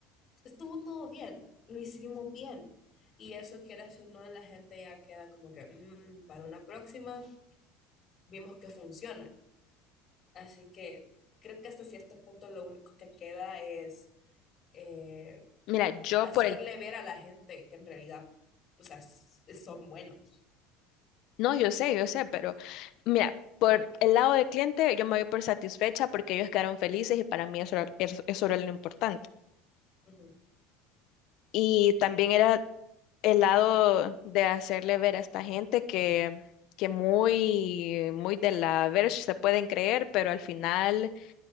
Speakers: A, on the left (about 35°); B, on the left (about 60°).
A: estuvo todo bien, lo hicimos bien. Y eso que era si no, la gente ya queda como que, "Mm, para una próxima, vimos que funcionan. Así que creo que hasta cierto punto lo único que queda es eh,
B: mira, yo
A: hacerle
B: por el,
A: ver a la gente que en realidad, o sea, s- son buenos.
B: no, yo sé, yo sé, pero mira. Por el lado del cliente, yo me voy por satisfecha porque ellos quedaron felices y para mí eso, era- eso eso era lo importante.
A: Ujú,
B: Y también era el lado de hacerle ver a esta gente que, que muy, muy de la verge se pueden creer, pero al final